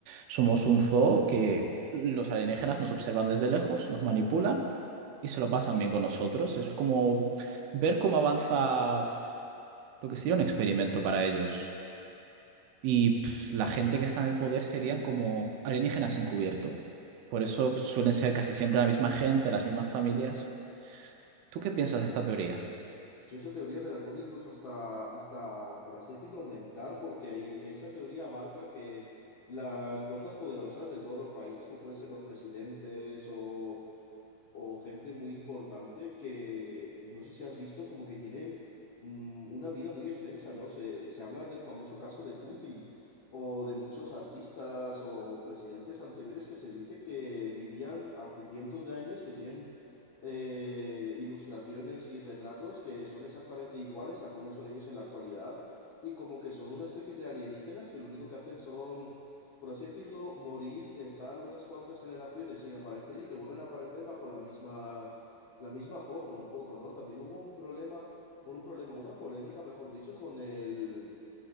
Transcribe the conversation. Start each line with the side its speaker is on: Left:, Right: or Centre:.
Right: somos un zoo que los alienígenas nos observan desde lejos, nos manipulan y se lo pasan bien con nosotros. Es como ver cómo avanza. lo que sería un experimento para ellos. Y pf, la gente que está en el poder serían como alienígenas encubierto. Por eso suelen ser casi siempre la misma gente, las mismas familias. ¿Tú qué piensas de esta teoría?
Left: Yo esa teoría te la puedo incluso hasta, hasta, por así decirlo, aumentar, porque ahí esa teoría abarca que las fuerzas poderosas de todos los países, como pueden ser los presidentes o o gente muy importante que no sé si has visto como que tienen mm, una vida muy extensa, ¿no? Se, se habla del famoso caso de Putin o de muchos artistas o presidentes anteriores que se dice que vivían hace cientos de años, que tienen eh, ilustraciones y retratos que son exactamente iguales a cómo son ellos en la actualidad y como que son una especie de alienígenas que lo único que hacen son por así decirlo, morir, estar unas cuantas generaciones sin aparecer y que vuelven a aparecer bajo la misma, la misma forma, un poco, ¿no? También hubo un problema, bueno, un problema, una polémica, mejor dicho, con el,